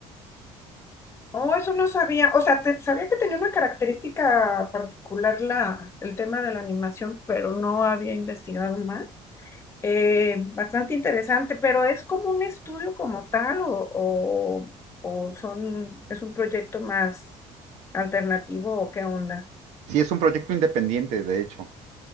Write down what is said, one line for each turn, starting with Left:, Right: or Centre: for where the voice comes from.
Left: Oh, eso no sabía. O sea, te- sabía que tenía una característica particular la, el tema de la animación, pero no había investigado más. Eh, bastante interesante, pero ¿es como un estudio como tal o, o, o son, es un proyecto más alternativo o qué onda?
Right: Sí, es un proyecto independiente, de hecho.